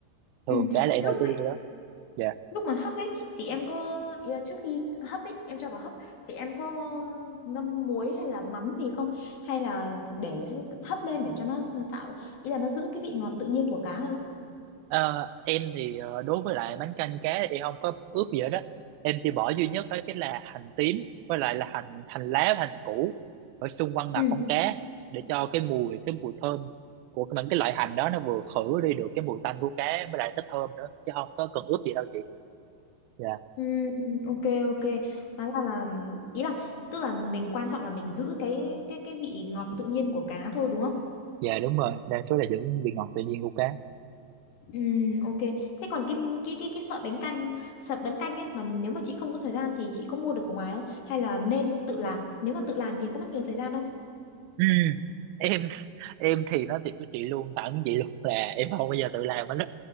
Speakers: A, on the right (about 85°); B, on the left (about 60°).
A: thường
B: ừ.
A: cá là em
B: lúc
A: hay chế
B: mà
A: biến cái đó dạ
B: lúc mà hấp ấy thì em có ý là trước khi hấp ấy em cho vào hấp thì em có ngâm muối hay là mắm gì không hay là để hấp lên để cho nó tạo ý là nó giữ cái vị ngọt tự nhiên của cá thôi
A: Ờ, em thì ờ, đối với lại bánh canh cá thì em không có ướp gì hết đó em chỉ bỏ duy nhất đó chính là hành tím với lại là hành hành lá và hành củ ở xung quanh mặt
B: ừ
A: con cá để cho cái mùi cái mùi thơm của cái- những cái loại hành đó nó vừa khử đi được cái mùi tanh của cá với lại nó thơm nữa chứ không có cần ướp gì đâu chị dạ
B: ừ ok ok đó là là ý là tức là mình quan trọng là mình giữ cái cái cái vị ngọt tự nhiên của cá thôi đúng không
A: dạ đúng rồi đa số là giữ vị ngọt tự nhiên của cá
B: Ừ, ok. Thế còn cái cái cái cái sợi bánh căn, sợi bánh canh ấy mà nếu mà chị không có thời gian thì chị có mua được ở ngoài không? Hay là nên tự làm? Nếu mà tự làm thì có mất nhiều thời gian không?
A: Ừ, em em thì nói thiệt với chị luôn thẳng với chị luôn là em không bao giờ tự làm bánh